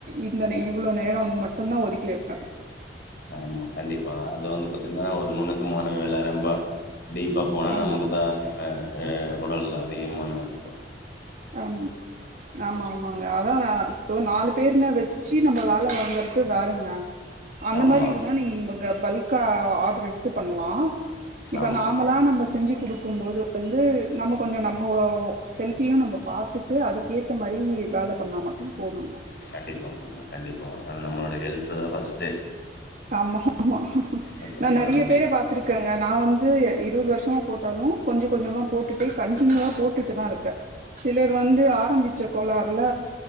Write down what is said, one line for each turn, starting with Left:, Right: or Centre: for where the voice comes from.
Right: இந்தன் இவ்ளோ நேரோ மட்டுதா ஒதுக்கி வைப்பே
Left: ஆமா கண்டிப்பா அது வந்து பாத்தீங்கன்னா ஒரு நுண்ணுக்குமான வேல ரொம்பா டீப்பா போனா
Right: ஆமா
Left: நமக்கு தா ஆ உடல் அதிக மன அழுத்தொ
Right: ஆம் ஆமா ஆமாங்க அதா நா இப்போ நாலு பேருன வெச்சு நம்ம வேல வாங்கறது வேறங்க அந்த
Left: ஆமா
Right: மாரி இருந்தா நீங்க உங்க பல்கா ஆர்டர் எடுத்து பண்லா இப்ப
Left: ஆமா
Right: நாமலா நம்ப செஞ்சு குடுக்கும் போது வந்து நம்ம கொஞ்ச நம்ம ஒ ஹெல்த்தியு நம்ப பாத்துட்டு அதுக்கேத்த மாரி வேல பண்ணா மட்டு போதுங்க
Left: கண்டிப்பாங்க கண்டிப்பா அது நம்மளோட ஹெல்து தா ஃபர்ஸ்ட்டு
Right: ஆமா ஆமா
Left: அப்புறம்
Right: நா நறைய
Left: தான்
Right: பேர பாத் துருக்கங்க நா வந்து இருவது வருஷமா போட்டாலு கொஞ்ச கொஞ்சமா போட்டுட்டே கண்டினியூவா போட்டுட்டு தா இருக்கே சிலர் வந்து ஆரம்பிச்ச கோளாறுல